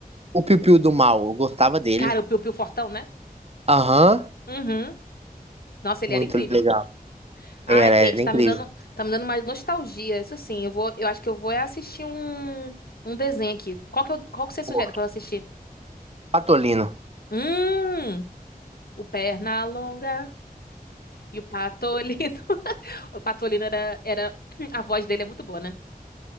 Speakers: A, on the right; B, on the left.
A: o piu-piu do mal. Eu gostava dele.
B: Cara, o Piu Piu fortão, né?
A: Aham.
B: Uhum. Nossa, ele
A: Muito
B: era incrível.
A: legal.
B: Ai,
A: Era, era
B: gente,
A: incrível.
B: tá me dando, tá me dando mais nostalgia. Isso sim, eu vou, eu acho que eu vou é assistir um, um desenho aqui. Qual que, eu, qual que você sugere
A: Pô,
B: pra eu assistir?
A: Patolino.
B: Hum, o Pernalonga e o Patolino. <laughs> O Patolino era, era, a voz dele é muito boa, né?